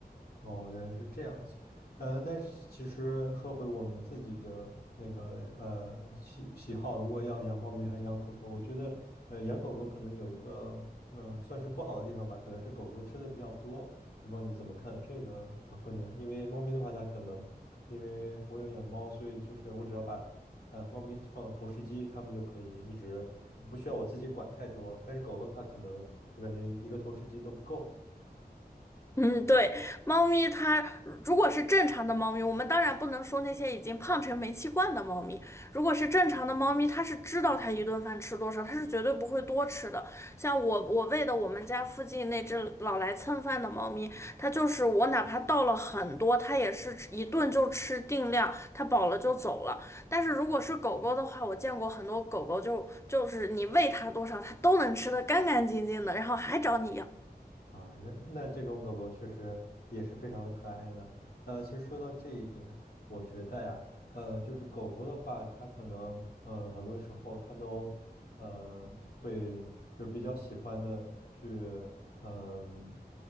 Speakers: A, on the left; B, on the left.
A: 哦，原来是这样子。嗯，但是其实说回我们自己的那个呃喜喜好，如果要养猫咪还是养狗狗，我觉得呃养狗狗可能有一个嗯、呃算是不好的地方吧，可能是狗狗吃的比较多。我不知道你怎么看这个呃观点，因为猫咪的话，它可能因为我有养猫，所以就是我只要把呃猫咪放到投食机，它们就可以一直不需要我自己管太多。但是狗狗的话，可能我感觉一个投食机都不够。
B: 嗯，对，猫咪它如果是正常的猫咪，我们当然不能说那些已经胖成煤气罐的猫咪。如果是正常的猫咪，它是知道它一顿饭吃多少，它是绝对不会多吃的。像我，我喂的我们家附近那只老来蹭饭的猫咪，它就是我哪怕倒了很多，它也是一顿就吃定量，它饱了就走了。但是如果是狗狗的话，我见过很多狗狗就就是你喂它多少，它都能吃得干干净净的，然后还找你要。
A: 啊，原那这种狗狗确实也是非常的可爱呢。呃，其实说到这一点，我觉得呀，呃，就是狗狗的话，它可能，呃，很多时候它都，呃，会就是比较喜欢的去，嗯、